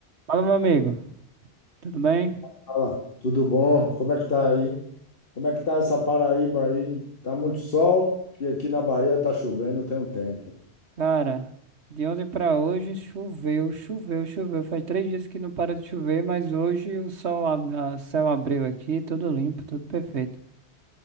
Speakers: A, on the right; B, on the left.
A: Fala, meu amigo, tudo bem?
B: Fala, tudo bom? Como é que tá aí? Como é que tá essa Paraíba aí? Tá muito sol, que aqui na Bahia tá chovendo tem um tempo.
A: Cara, de ontem pra hoje choveu, choveu, choveu. Faz três dias que não para de chover, mas hoje o sol, ab- a, céu abriu aqui, tudo limpo, tudo perfeito.